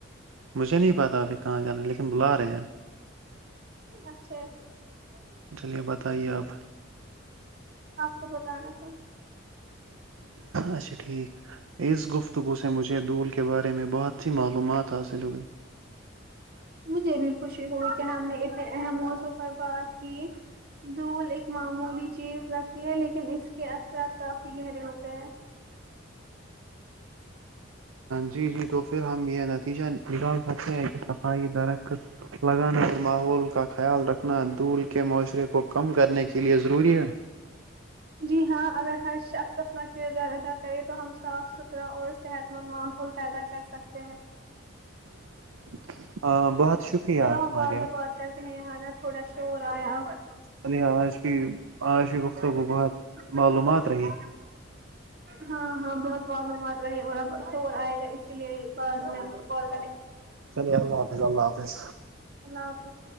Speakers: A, on the right (about 85°); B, on the right (about 50°).
A: مجھے نہیں پتا ابھی کہاں جانا ہے لیکن بلا رہے ہیں
B: اچھا <unintelligible>
A: چلیے بتائیے آپ
B: آپ کو بتانا تھا
A: اچھا ٹھیک اس گفتگو سے مجھے دھول کے بارے میں بہت سی معلومات حاصل ہوئی
B: مجھے بھی خوشی ہوئی کہ ہم نے اہم موضع پر بات کی دھول ایک معمولی چیز لگتی ہے لیکن اس کے اثرات کافی گہرے ہوتے ہیں
A: جی جی تو پھر ہم یہ نتیجہ نکال سکتے ہیں کہ صفائی درخت لگانا اور ماحول کا خیال رکھنا دھول کے معاشرے کو کم کرنے کے لیے ضروری ہے
B: جی ہاں اگر ہر شخص اپنا کردار ادا کرے تو ہم صاف ستھرا اور صحت مند ماحول پیدا کر سکتے ہیں
A: <unintelligible> بہت شکریہ
B: چلو ہم
A: ماریہ
B: بعد میں بات کرتے ہیں نا تھوڑا شور آیا ا
A: چلیے آج کی آج کی گفتگو
B: بائی
A: بہت معلومات
B: ش بات
A: رہی
B: کرو ہاں ہاں بہت معلومات رہے اور اب شور آئے گا اسی لیے بول
A: چلیے اللہ حافظ اللہ حافظ
B: اللہ حافظ